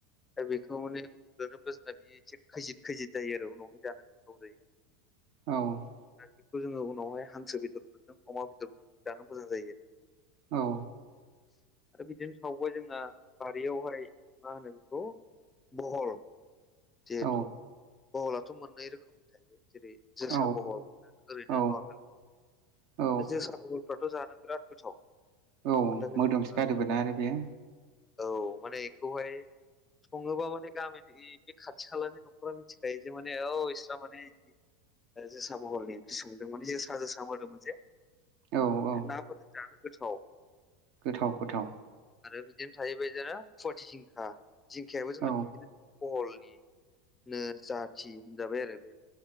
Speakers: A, on the left (about 15°); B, on the right (about 60°).
A: दा बेखौ माने लोनोब्ला जोंना बेयो एसे खैजिद खैजिद जायो आरो उनावहाय जानो गोथाव जायो।
B: औ
A: आरो बेखौ जोङो उनावहाय हांसो बेदरफोरजों अमा बेदरफोरजों जानो मोजां जायो।
B: औ
A: आरो बिदिनो सावबाय जोंना बारियावहाय मा होनो बेखौ बहल जिहेथु
B: औ
A: बहलाथ' मोननै रोखोमनि थायो जेरै जोसा
B: औ
A: बहल ओरैनो
B: औ
A: नर्मेल
B: औ
A: जोसा बहलफ्राथ' जानो बिराद गोथाव।
B: औ
A: मानि थाखाय
B: मोदोमसो गारोबोना आरो बेयो।
A: औ माने बेखौहाय सङोबा माने गामिनि बे खाथि खालानि न'खरा मिथिखायो जे माने अ इस्रा माने बिदि ओ जोसा बहलनि ओंख्रि संदों माने जोसा जोसा जे
B: औ औ
A: नाफोरजों जानो गोथाव।
B: गोथाव गोथाव।
A: आरो बिदिनो थायोबाय <inaudible> फुवाटि जिंखा जिंखायाबो जोंना
B: औ
A: बिदिनो बहलनिनो जाथि होनजाबाय आरो बे।